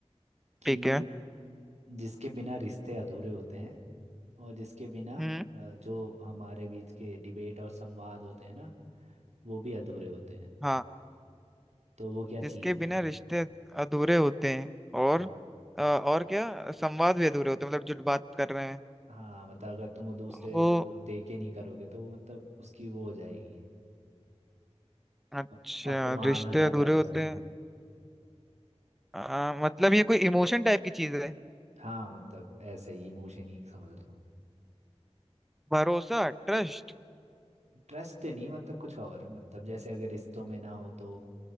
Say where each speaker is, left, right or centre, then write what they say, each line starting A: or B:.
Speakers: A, on the right; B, in the centre.
A: कि
B: ठीक है
A: जिसके बिना रिश्ते अधूरे होते हैं और जिसके बिना
B: हम्म
A: अ, जो हमारे बीच के डिबेट और संवाद होते हैं ना वो भी अधूरे होते हैं
B: हाँ।
A: तो वो क्या
B: जिसके
A: चीज़ है
B: बिना रिश्ते अधूरे होते हैं और
A: हाँ
B: अ, और क्या संवाद भी अधूरे होते हैं मतलब जो बात कर रहे हैं
A: हाँ मतलब अगर तुम वो दूसरे
B: तो
A: को तो दे के नहीं करोगे तो वो मतलब उसकी वो हो जाएगी
B: अच्छा
A: अप, अपमान
B: रिश्ते
A: हो जाता
B: अधूरे
A: है अच्छा
B: होते
A: उसका
B: हैं अ, मतलब ये कोई इमोशन टाइप की चीज है
A: हाँ मतलब ऐसा ही इमोशन ही समझ लो
B: भरोसा ट्रस्ट
A: ट्रस्ट नहीं मतलब कुछ और मतलब जैसे अगर रिश्तों में ना हो तो